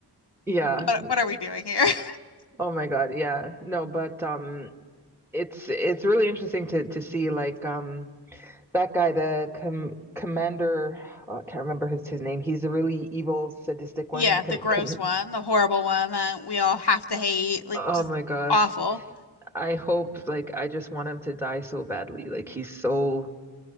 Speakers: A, in the centre; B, on the left (about 70°).
A: Yeah.
B: what what are we doing here? <laughs>
A: Oh my God. Yeah. No, but um it's it's really interesting to to see like um that guy, the com commander, oh, I can't remember his his name. He's a really evil, sadistic one.
B: Yeah,
A: Com
B: the gross
A: com
B: one, the horrible one that we all have to hate, like
A: oh
B: just
A: my gosh.
B: awful.
A: I hope like I just want him to die so badly. Like he's so